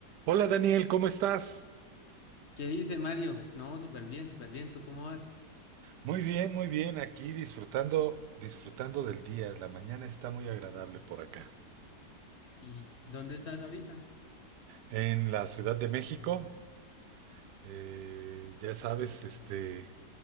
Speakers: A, on the right; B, on the left.
A: Hola Daniel, ¿cómo estás?
B: ¿Qué dice Mario? No, súper bien, súper bien. ¿Tú cómo vas?
A: Muy bien, muy bien. Aquí disfrutando, disfrutando del día. La mañana está muy agradable por acá.
B: ¿Y dónde estás ahorita?
A: En la Ciudad de México, eh, ya sabes, este,